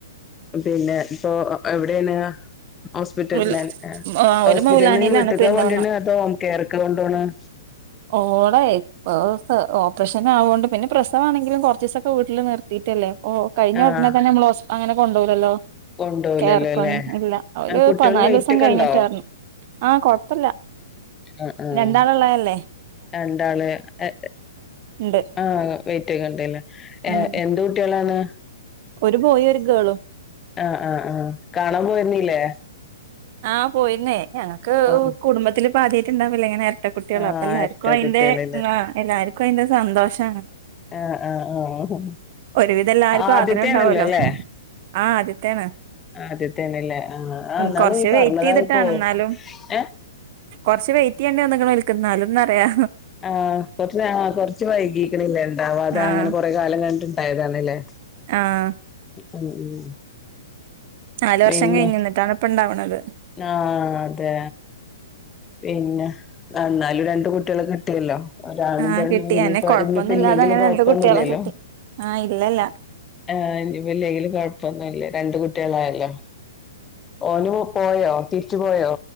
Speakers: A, on the left; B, on the right.
A: പിന്നെ ഇപ്പൊ എവിടെണ്? ഹോസ്പിറ്റൽ
B: ഓല്
A: ലെ
B: ആഹ് ഓല്
A: ഹോസ്പിറ്റലന്ന്
B: മൗലാനയിലാണ്
A: വീട്ക്ക്ആണോ
B: പെരിന്തമണ്ണ
A: കൊണ്ടുവര്ണെ അതോ ഹോംകെയർക്ക കൊണ്ടോവ്ണത്?
B: ഓളെ ഇപ്പൊ ഓപ്പറേഷൻ ആവൊണ്ട് പിന്നെ പ്രസവമാണെങ്കിലും കുറച്ച ദിവസൊക്കെ വീട്ടിൽ നി നിർത്തിട്ട് അല്ലെ ഓ കഴിഞ്ഞ
A: ആഹ്
B: ഉടനെ തന്നെ നമ്മള് അങ്ങനെ കൊണ്ടോവുലല്ലോ?
A: കൊണ്ടോലല്ലോ
B: <unintelligible>
A: ല്ലേ
B: ഇല്ല അവര്
A: കുട്ടികള്
B: പതിനാല്
A: വെയിറ്റ്
B: ദിവസം
A: ഒക്കെ
B: കഴിഞ്ഞിട്ടാ
A: ഉണ്ടോ
B: പറഞ്ഞ്. ആഹ് കൊഴപ്പില്ല
A: ആഹ് ആഹ്
B: രണ്ടാള്ള്ഉള്ളതല്ലേ.
A: രണ്ടാള് ഏഹ്
B: ഉണ്ട്
A: ആ വൈറ്റ് ഒക്കെ ഉണ്ടല്ലേ. ഏഹ്
B: ഉം
A: എന്ത് കുട്ടികളാണ്?
B: ഒരു ബോയ് ഒരു ഗേളും
A: ആഹ് ആഹ് ആഹ് കാണാൻ പോയിരുന്നില്ലേ?
B: ആഹ് പോയിരുന്നേ. ഞങ്ങൾക്ക്
A: ആഹ്
B: കുടുംബത്തില് ഇപ്പൊ ആദ്യായിട്ടു ഉണ്ടാവല്ലേ ഇങ്ങനെ ഇരട്ട കുട്ടികള്
A: ആഹ്
B: അപ്പൊ എല്ലാർക്കും
A: എരട്ട
B: അതിന്റെ
A: കുട്ടികളില്ലേ
B: ആഹ് എല്ലാർക്കും അതിന്റെ സന്തോഷമാണ്.
A: ആഹ് ആഹ് ആഹ്
B: ഒരുവിധം എല്ലാർക്കും
A: ആദ്യത്തെ
B: ആഗ്രഹം ഉണ്ടാവല്ലോ
A: ആണല്ലോ അല്ലേ?
B: ആഹ് ആദ്യത്തെ ആണ്
A: ആദ്യത്തേ ആണ്ലെ ആഹ് ആ അന്നാള്
B: കൊറച്ച്
A: ഇയ്യ്
B: വെയിറ്റ്
A: പറഞ്ഞതാപ്പോ
B: ചെയ്തിട്ടാണ്
A: ഓർക്
B: എന്നാലും
A: ഏഹ്
B: കൊറച്ച് വെയിറ്റ് ചെയ്യേണ്ടി വന്നുക്ക്ണ് ഓല്ക്ക് എന്നാലും ന്ന് പറയാ
A: ആഹ് കുറ കുറച്ച് നേര വൈകീക്കണില്ലേണ്ടാവാതെ
B: ആഹ്
A: അങ്ങനെ കൊറെ കാലം കഴിഞ്ഞ് ഇണ്ടായതാണല്ലേ?
B: ആഹ്
A: ഉം ഉം
B: നാല് വർഷം
A: പിന്നെ
B: കഴിഞ്ഞ് ഇന്നട്ടാണ് ഇപ്പോ ഉണ്ടാവണത്.
A: ആഹ് അതെ പിന്നെ എന്നാലും രണ്ട് കുട്ടികളെ കിട്ടിയല്ലോ. ഒരാണും
B: ആഹ്
A: പെണ്ണും
B: കിട്ടി
A: ഇനിയിപ്പോ
B: അന്നെ കൊഴപ്പൊന്നും
A: ഇനിയിപ്പ
B: ഇല്ലാതെ
A: ഇല്ലെങ്കിലും
B: അങ്ങനെ
A: കൊഴപ്പൊന്നുല്ലല്ലോ.
B: രണ്ട് കുട്ടികളെ കിട്ടി ആഹ് ഇല്ലല്ല
A: ആഹ് ഇനി ഇപ്പോ ഇല്ലെങ്കിലും കുഴപ്പൊന്നുല്ലേ രണ്ട് കുട്ടികളായല്ലോ. ഓനും പോയോ തിരിച്ചു പോയോ